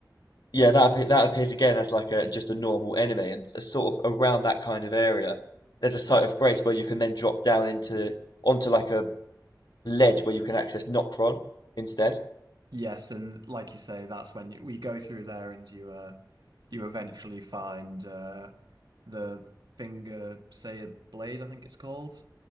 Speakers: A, on the left; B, on the right.
A: Yeah, that appe- that appears again as like a just a normal enemy, and a sort of around that kind of area, there's a site of grace where you can then drop down into onto like a ledge where you can access Noctron instead.
B: Yes, and like you say, that's when you, we go through there and you uh you eventually find uh the finger say blade, I think it's called,